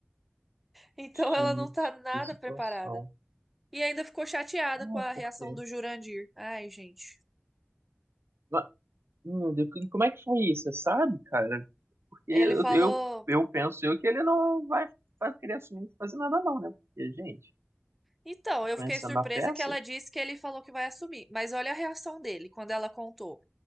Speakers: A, in the centre; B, on the right.
A: Então ela
B: Gente,
A: não tá nada
B: que situação.
A: preparada. E ainda ficou chateada
B: Ah,
A: com a reação
B: por quê?
A: do Jurandir. Ai, gente.
B: Ma- Meu Deus, e como é que foi isso? Você sabe, cara? Porque
A: Ele
B: eu,
A: falou.
B: eu, eu penso eu que ele não vai, vai querer assumir fazer nada não, né? Porque, gente,
A: Então, eu
B: conhecendo
A: fiquei surpresa
B: a peça,
A: que ela disse que ele falou que vai assumir. Mas olha a reação dele quando ela contou.